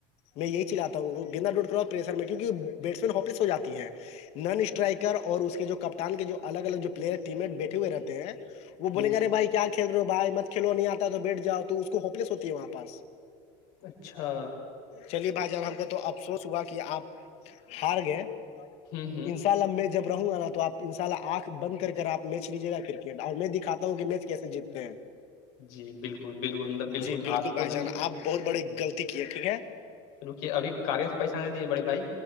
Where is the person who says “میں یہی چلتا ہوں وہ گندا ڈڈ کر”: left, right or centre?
Left